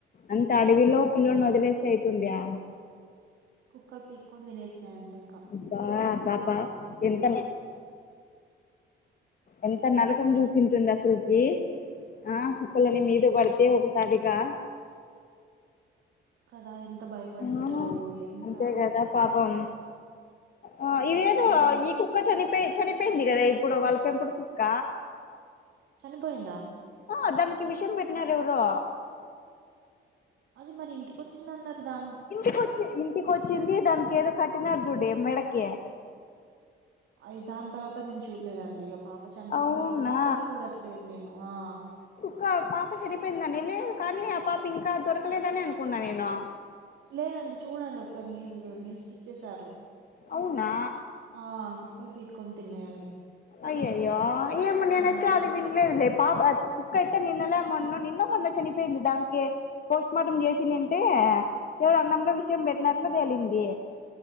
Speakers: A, on the left; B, on the right.
A: అంత అడవిలో
B: అవును.
A: పిల్లోల్ని వదిలేస్తే అయితుందా?
B: కుక్కలు పీక్కొని తినేసినాయంట ఇంక
A: అబ్బా ఆ పాప ఎంత ఎంత నరకం చూసింటుంది అసలకి ఆ కుక్కలన్నీ
B: అదే కదా!
A: మీద పరి తే ఒగసారిగా
B: కదా ఎంత భయపడి
A: ఆ
B: ఉంటందో ఎంత
A: అంతే కదా పాపం ఆ ఇదేదో
B: చాలా బాధ అనిపించింది.
A: ఈ కుక్క చనిపోయి చనిపోయింది కదా ఇప్పుడు వాళ్ పెంపుడు కు క్క
B: చనిపోయిందా
A: ఆ దానికి విషం పెట్టినారు ఎవరో
B: అది మరి ఇంటికి వచ్చింది అన్నారు గా
A: ఇంటికొచ్చింది. ఇంటికి వచ్చింది దానికి ఏదో కట్టినారు చూడు మెడకి
B: అయి దాని తర్వాత నేను చూడలేదండి. పాప చనిపోయినప్పటి
A: అవునా
B: నుండి చూడట్లేదు నేను ఆ
A: ఇంకా పాప చనిపోయిందని లేదు కానీ ఆ పాప ఇంకా దొరకలేదని అనుకున్నా నేను.
B: లేదండి, చూడండి ఒకసారి న్యూస్. న్యూస్ కిచ్చేసారు.
A: అవునా
B: ఆ కుక్కలు పీక్కొని తిన్నాయని
A: అయ్యయ్యో ఏమో నేనైతే
B: ఉమ్
A: అది వినలేదు లే పాప కుక్కయితే నిన్నెలా మొన్న నిన్నో, మొన్నో చనిపోయింది దానికే పోస్ట్మార్టం చేసిన్నింటే ఎవరో అన్నంలో విషయం పెట్టినట్లు తేలింది